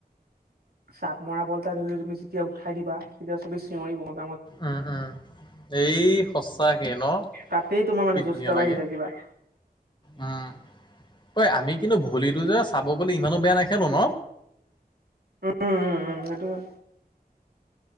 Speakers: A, on the right; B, on the left.
A: চাপ মৰা বল তাত ধৰিও তুমি যেতিয়া উঠাই দিবা তেতিয়া তুমি চিঞৰি বন
B: উম উম এই সচাকে ন
A: তাতেই তোমাৰ মানে
B: কি ধুনীয়া
A: জোচতা
B: লাগে।
A: বাঢ়ি যায় কিবা।
B: উম ঐ আমি কিন্তু ভোলীটো যে চাব গ'লে ইমানো বেয়া নাখেনো ন
A: উম উম উম